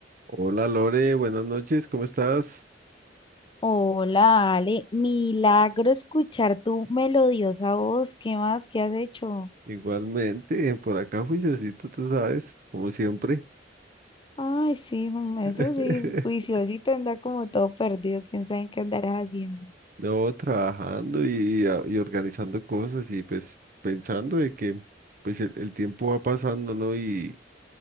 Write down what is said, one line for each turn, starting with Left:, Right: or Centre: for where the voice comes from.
Right: Hola Lore, buenas noches, ¿cómo estás?
Left: Hola, Ale, milagro escuchar tu melodiosa voz. ¿Qué más? ¿Qué has hecho?
Right: Igualmente, por acá juiciosito, tú sabes, como siempre.
Left: Ay, sí, mm, eso
Right: <laughs>
Left: sí, juiciosito anda como todo perdido. ¿Quién sabe en qué andarás haciendo?
Right: No, trabajando y, a- y organizando cosas y pues pensando de que pues el, el tiempo va pasando, ¿no? Y,